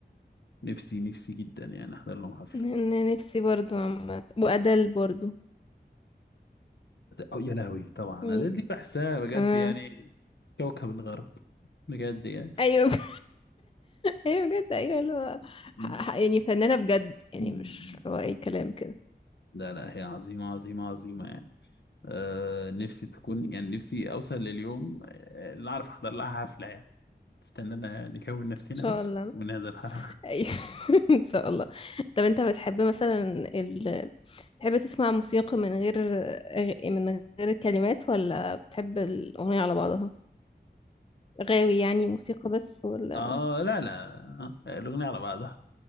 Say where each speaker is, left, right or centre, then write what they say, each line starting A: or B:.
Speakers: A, on the left; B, on the left.
A: نفسي نفسي جدا يعني احضر لهم حفله
B: انا نفسي برضو عامة
A: مم.
B: وأدل برضو
A: أو يا لهوي طبعا
B: يعني-
A: أديل دي بحسها بجد
B: اه
A: يعني كوكب الغرب بجد يعني
B: ايوه <laughs> ايوه بجد ايوه اللي هو
A: مم.
B: ح- ح- يعني فنانة بجد يعني
A: مم.
B: مش هو اي كلام كده
A: لا لا هي عظيمه عظيمه عظيمه يعني آه نفسي تكون يعني نفسي اوصل لليوم آه، اللي اعرف احضر لها حفله يعني استنانا نكون نفسنا
B: ان شاء
A: بس
B: الله
A: ونهدى الحفله
B: ايوه <laughs> ان شاء الله طب انت بتحب مثلا ال... بتحب تسمع موسيقى من غير أغ- من غير كلمات ولا بتحب الأغنية على بعضها غاوي يعني موسيقى بس
A: <laughs>
B: ولا
A: اه لا لا آه، الاغنيه على بعضها